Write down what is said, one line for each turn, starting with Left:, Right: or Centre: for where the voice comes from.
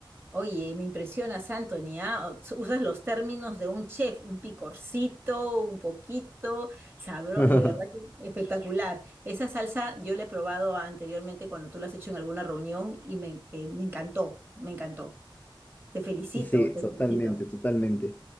Right: Oye, me impresionas, Anthony, ¿ah? O- Usas los términos de un chef, un picorcito, un poquito, sabro,
Left: <laughs>
Right: de verdad que espectacular. Esa salsa yo la he probado anteriormente cuando tú la has hecho en alguna reunión y me, que me encantó, me encantó. Te felicito,
Left: Sí,
Right: te
Left: totalmente,
Right: felicito.
Left: totalmente.